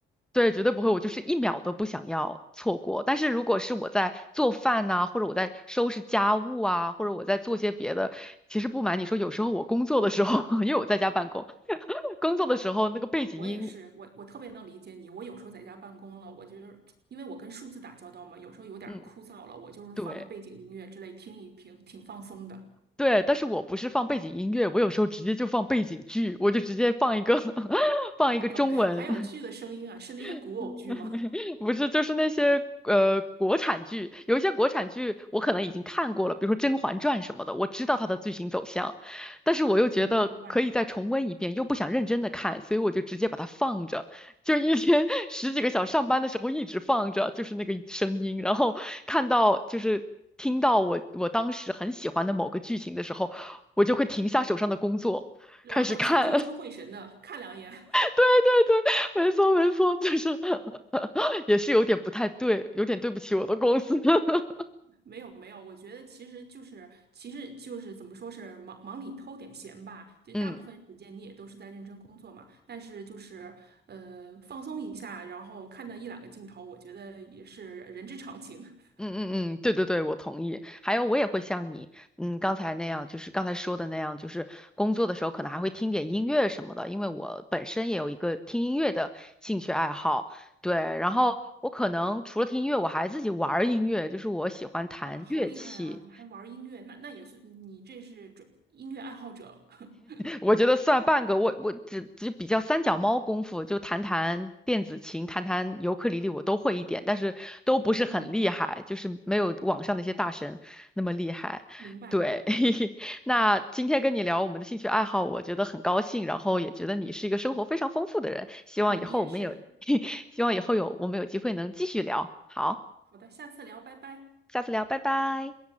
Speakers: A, in the centre; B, on the right.
A: 对，绝对不会，我就是一秒都不想要错过。但是如果是我在做饭呐、或者我在收拾家务啊，或者我在做些别的，其实不瞒你说，有时候我工作的时候，<laughs> 因为我在家办公，工作的时候那个背景音，
B: 我我我也是，我我特别能理解你。我有时候在家办公了，我就是因为我跟数字打交道嘛，有时候有点儿枯燥了，
A: 嗯，
B: 我就是放个背景音乐之类听一听，
A: 对。
B: 挺放松的。
A: 对，但是我不是放背景音乐，我有时候直接就放背景剧，我就直接放一个 <laughs>
B: <laughs>
A: 放一个中文。
B: 还有还有剧的声音啊，是那些古偶剧吗？
A: <laughs> 不是，就是那些呃国产剧，有一些国产剧我可能已经看过了，比如说《甄嬛传》什么的，我知道它的剧情走向，但是我又觉得可以再重温一遍，
B: 嗯，明白明白。
A: 又不想认真的看，所以我就直接把它放着，就一天 <laughs> 十几个小时上班的时候一直放着，就是那个声音，然后看到就是听到我我当时很喜欢的某个剧情的时候，我就会停下手上的工作，
B: 然后聚聚精会神的看两眼。
A: 开始看。对，对对，没错没错，就是 <laughs> 也是有点不太对，有点对不起我的公司。<laughs>
B: 没有没有，我觉得其实就是其实就是怎么说是忙忙里偷点闲吧，就大部分时间你也都是在认真工作嘛，
A: 嗯
B: 但是就是呃放松一下，然后看到一两个镜头，我觉得也是人之常情。<laughs>
A: 嗯嗯嗯，对对对，我同意。还有，我也会像你，嗯，刚才那样，就是刚才说的那样，就是工作的时候可能还会听点音乐什么的，因为我本身也有一个听音乐的兴趣爱好。对，然后我可能除了听音乐，
B: 嗯，
A: 我还自己玩儿音乐，就是我喜欢弹乐器。
B: 哇，好厉害啊！你还玩儿音乐，那那也是你这是专音乐爱好者。<laughs>
A: 我觉得算半个，我我只只比较三脚猫功夫，就弹弹电子琴、弹弹尤克里里，我都会一点，但是都不是很厉害，
B: 嗯，
A: 就是没有网上那些大神那么厉害。
B: 明白。
A: 对，<laughs> 那今天跟你聊我们的兴趣爱好，我觉得很高兴，然后也觉得你是一个生活非常丰富的人，希望以后我们有，
B: 嗯，你也是。
A: <laughs>
B: 嗯，
A: 希望以后有我们有机会能继续聊。好，
B: 好的，下次聊，拜拜。
A: 下次聊，拜拜。